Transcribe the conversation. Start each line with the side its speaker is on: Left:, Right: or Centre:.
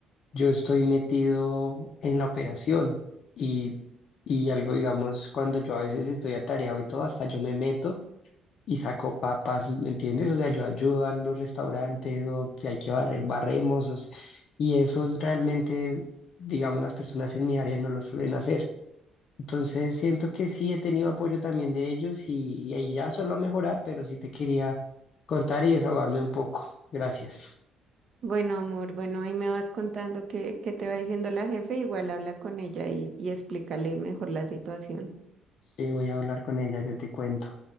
Left: yo estoy metido en la operación y, y algo, digamos, cuando yo a veces estoy atareado y todo, hasta yo me meto y saco papas, ¿me entiendes? O sea, yo ayudo a los restaurantes o si hay que barrer, barremos. o si- y eso es realmente, digamos, las personas en mi área no lo suelen hacer. Entonces siento que sí he tenido apoyo también de ellos y, y ahí ya solo a mejorar, pero sí te quería contar y desahogarme un poco. Gracias.
Right: Bueno, amor, bueno, ahí me vas contando qué, qué te va diciendo la jefe, igual habla con ella y, y explícale mejor la situación.
Left: Sí, voy a hablar con ella, yo te cuento.